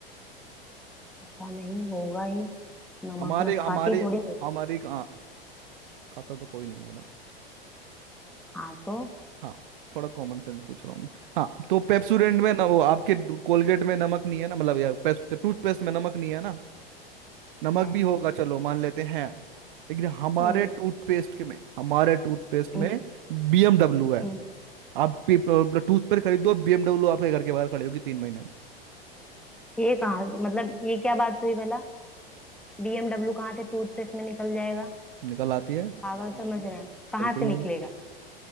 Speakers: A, in the centre; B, on the right.
A: पता नहीं होगा ही नमक
B: हमारे
A: मैं
B: हमारे
A: खाती थोड़ी हूँ
B: हमारी हाँ खाता तो कोई नहीं मैडम,
A: हाँ तो
B: हाँ थोड़ा कॉमन सेंस पूछ रहा हूँ मैं। हाँ तो पेप्सोडेंट में ना वो आपके कोलगेट में नमक नहीं है ना मतलब या टूथपेस्ट में नमक नहीं है ना नमक
A: है
B: भी होगा चलो मान लेते हैं लेकिन हमारे
A: हम्म,
B: टूथपेस्ट के में हमारे टूथपेस्ट
A: हम्म,
B: में बीएमडब्ल्यू है
A: हम्म।
B: आप टूथपेस्ट खरीदो बीएमडब्ल्यू आपके घर के बाहर खड़ी होगी तीन महीने में
A: ये कहाँ मतलब ये क्या बात हुई भला बीएमडब्ल्यू कहाँ से टूथपेस्ट में निकल जाएगा
B: निकल आती है
A: पागल समझ रहे हैं कहाँ
B: बिल्कुल
A: से निकलेगा
B: निकल